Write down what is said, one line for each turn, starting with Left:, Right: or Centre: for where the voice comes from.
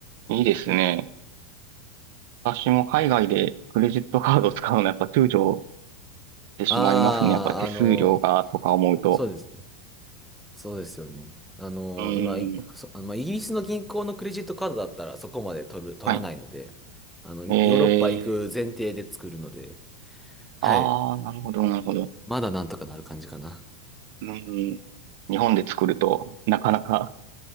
Right: いいですね。私も海外でクレジットカードを使うのはやっぱ躊躇てしまいますね。
Centre: ああ、
Right: やっぱ手数料がとか思うと。
Centre: あの、そうですね。そうですよね。あの、
Right: うーん。
Centre: 今、いそ、あのまあ、イギリスの銀行のクレジットカードだったらそこまで取る、取らないので、
Right: はい。
Centre: あの、ヨーロッパ行く前提で作るので、
Right: えー、
Centre: はい。
Right: ああ、なるほど、なるほど。
Centre: まだなんとかなる感じかな。
Right: うーん。日本で作るとなかなか